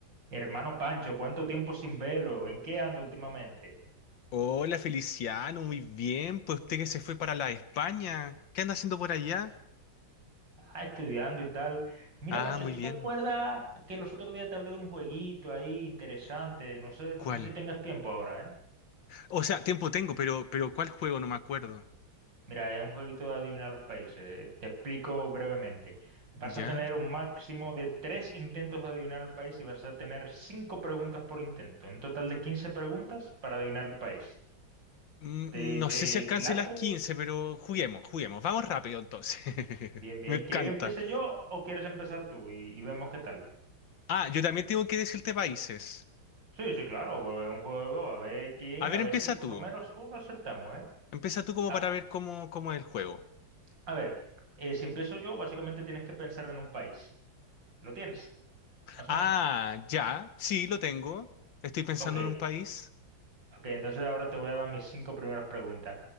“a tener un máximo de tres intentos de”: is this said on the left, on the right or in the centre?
Right